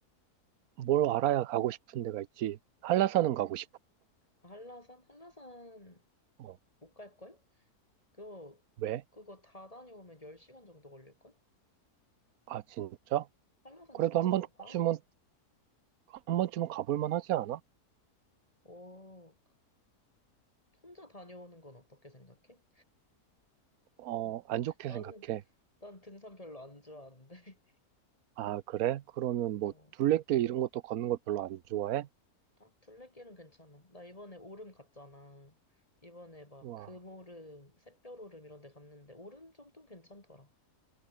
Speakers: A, on the right; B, on the left.
A: 뭘 알아야 가고 싶은 데가 있지. 한라산은 가고 싶어.
B: 아, 한라산? 한라산
A: 어,
B: 못 갈걸? 그거,
A: 왜?
B: 그거 다 다녀오면 10시간 정도 걸릴걸?
A: 아, 진짜?
B: 한라산
A: 그래도
B: 진짜
A: 한
B: 높아.
A: 번쯤은, 한 번쯤은 가볼 만하지 않아?
B: 오, 혼자 다녀오는 건 어떻게 생각해?
A: 어, 안 좋게
B: 나는
A: 생각해.
B: 난 등산 별로 안 좋아하는데. <laughs>
A: 아, 그래? 그러면
B: 어,
A: 뭐, 둘레길 이런 것도 걷는 걸 별로 안 좋아해?
B: 아, 둘레길은 괜찮아. 나 이번에 오름 갔잖아. 이번에 막
A: 와,
B: 금오름, 샛별오름 이런 데 갔는데 오름 정도는 괜찮더라.